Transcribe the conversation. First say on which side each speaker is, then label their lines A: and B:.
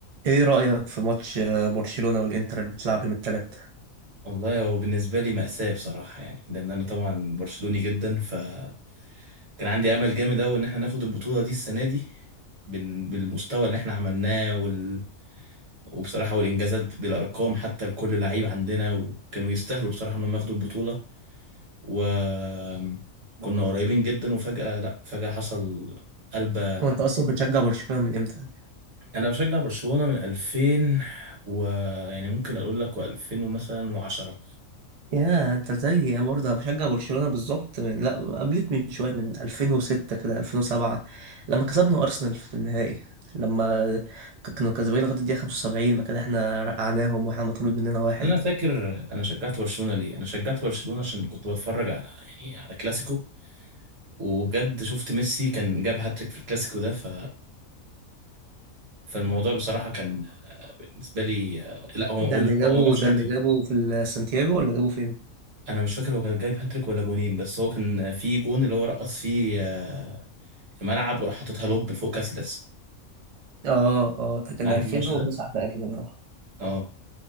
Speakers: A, on the right; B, on the right.
A: ايه رأيك في ماتش آه، برشلونة والانتر اللي بتلعب يوم الثلاث
B: والله هو بالنسبة لي مأساة بصراحة يعني لأن أنا طبعا برشلوني جدا فكان عندي أمل جامد أوي إن إحنا ناخد البطولة دي السنة دي بال- بالمستوى اللي إحنا عملناه وال... وبصراحة والإنجازات بالأرقام حتى لكل لعيب عندنا وكانوا يستاهلوا بصراحة إنهم ياخدوا البطولة وكنا قريبين جدا وفجأة لأ فجأة حصل قلبة
A: وانت اصلا بتشجع برشلونة من امتى
B: أنا بشجع برشلونة من 2000 و يعني ممكن أقول لك و2000 ومثلا و10
A: يا انت زي برضه بشجع برشلونة بالظبط من لا قبلك من شوية من 2006 كده 2007 لما كسبنا أرسنال في النهائي لما ك- كانوا كسبانين لغاية الدقيقة 75 ما كده احنا رقعناهم واحنا مطرود مننا واحد
B: انا فاكر انا شجعت برشلونه ليه انا شجعت برشلونه عشان كنت بتفرج على يعني على كلاسيكو وبجد شفت ميسي كان جاب هاتريك في الكلاسيكو ده ف... فالموضوع بصراحه كان بالنسبه لي لا هو
A: ده
B: هو
A: اللي
B: مش
A: جابه
B: هو ما جابش
A: ده
B: هاتريك
A: اللي جابه في ال- سانتياغو ولا جابه فين؟
B: انا مش فاكر هو كان جايب هاتريك ولا جونين بس هو كان في جون اللي هو رقص فيه آه، الملعب وراح حاططها لوب فوق كاسيلاس
A: اه اه ده كان
B: عارف
A: 2009
B: الماتش ده
A: تقريبا اه
B: اه